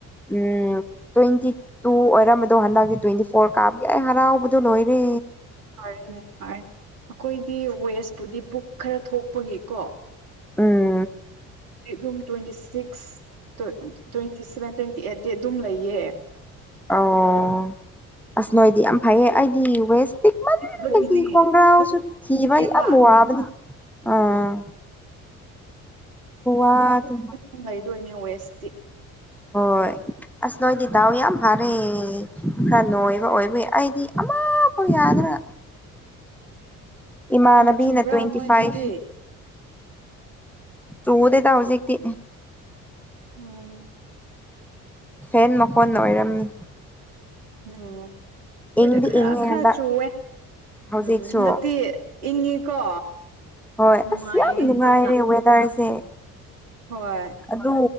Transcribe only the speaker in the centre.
ꯎꯝ ꯇ꯭ꯋꯦꯟꯇꯤ ꯇꯨ ꯑꯣꯏꯔꯝꯕꯗꯣ ꯍꯟꯗꯛꯇꯀꯤ ꯇ꯭ꯋꯦꯟꯇꯤ ꯐꯣꯔ ꯀꯥꯕꯒꯤ ꯑꯩ ꯍꯔꯥꯎꯕꯗꯣ ꯂꯣꯏꯔꯦ
ꯎꯝ
ꯑꯣ ꯑꯁ ꯅꯣꯏꯗꯤ ꯌꯥꯝ ꯐꯩꯌꯦ ꯑꯩꯗꯤ ꯋꯦꯁ ꯄꯤꯛꯃꯟ <unintelligible>
ꯒꯤ ꯈꯣꯡꯒ꯭ꯔꯥꯎꯁꯨ
ꯊꯤꯕ ꯌꯥꯝ ꯋꯥꯕꯅꯤ ꯑꯥ
ꯋꯥꯗꯦ
ꯍꯣꯏ ꯑꯁ ꯅꯣꯏꯗꯤ ꯗꯥꯎ ꯌꯥꯝ ꯐꯔꯦ ꯈꯔ ꯅꯣꯏꯕ ꯑꯣꯏꯕꯒꯤ ꯑꯩꯗꯤ ꯑꯃꯐꯥꯎ ꯌꯥꯗ꯭ꯔꯦ ꯏꯃꯥꯟꯅꯕꯤꯅ
ꯇ꯭ꯋꯦꯟꯇꯤ
ꯐꯥꯏꯚ
ꯆꯨꯗꯦꯗ ꯍꯧꯖꯤꯛꯇꯤ
ꯐꯦꯟ ꯃꯈꯣꯟꯅ ꯑꯣꯏꯔꯝꯃꯤ
ꯏꯪꯗꯤ
ꯏꯪꯉꯦ
ꯍꯟꯗꯛ
ꯍꯧꯖꯤꯛꯁꯨ
ꯍꯣꯏ
ꯑꯁ ꯌꯥꯝ ꯅꯨꯡꯉꯥꯏꯔꯦ
ꯋꯦꯗꯔꯁꯦ
ꯑꯗꯨ